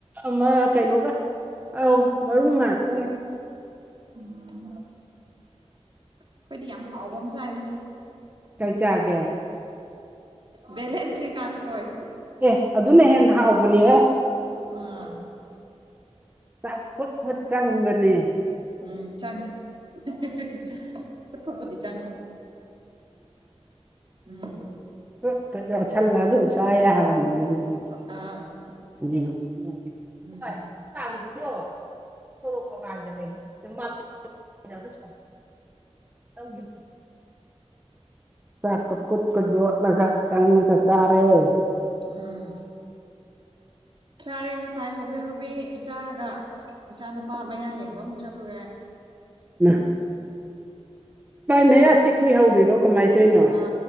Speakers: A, on the right (about 15°); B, on the right (about 45°).
A: ꯑꯃ ꯀꯩꯅꯣꯒ ꯑꯧ ꯃꯔꯨ ꯉꯥꯛꯇꯅꯤ
B: ꯎꯝ ꯑꯩꯈꯣꯏꯗꯤ ꯌꯥꯝ ꯍꯥꯎꯕ ꯑꯃ ꯆꯥꯏ ꯉꯁꯤ
A: ꯀꯩ ꯆꯥꯒꯦ
B: ꯕꯦꯂꯦꯟꯗ꯭ꯔꯤ ꯀꯥꯛꯁ‌ꯣꯏ
A: ꯑꯦ ꯑꯗꯨꯅ ꯍꯦꯟꯅ ꯍꯥꯎꯕꯅꯤ ꯑꯦ
B: ꯑꯥ
A: ꯆꯛ ꯐꯨꯠ ꯐꯨꯠ ꯆꯪꯕꯅ‌ꯦ
B: ꯎꯝ ꯆꯪꯉꯤ ꯍꯥ ꯐꯨꯠ-ꯐꯨꯠꯄꯨꯗꯤ ꯆꯪꯉꯤ ꯎꯝ
A: ꯀꯨꯠ-ꯀꯨꯠ ꯌ‌ꯣꯠꯁꯜ ꯂ ꯑꯗꯨꯝ ꯆꯥ ꯌꯔꯕꯅꯦ ꯑꯗꯨꯗꯤ
B: ꯑꯥ
A: <unintelligible>
B: ꯎꯝ
A: <unintelligible> ꯆꯥꯛ ꯇ‌ꯣ ꯀꯨꯠ-ꯀꯨꯠ ꯌ‌ꯣꯠꯂꯒ ꯆꯪꯑꯒ ꯆꯥꯔ‌ꯣ
B: ꯎꯝ ꯆꯥꯔꯦ ꯉꯁꯥ꯭ꯏ ꯍꯣꯕꯤ ꯍꯣꯕꯤ ꯆꯥ꯭ꯔꯒ ꯏꯆꯥ ꯅꯨꯄꯥ ꯃꯌꯥ ꯌꯦꯡꯕ ꯑꯃꯨꯛ ꯆꯠꯂꯨꯔꯦ
A: ꯃꯍꯥ ꯃꯥꯏ ꯃꯌꯥ ꯆꯤꯛꯄꯤ ꯍꯧꯔꯤꯔꯣ ꯀꯃꯥꯏ ꯇꯩꯅꯣ
B: ꯑ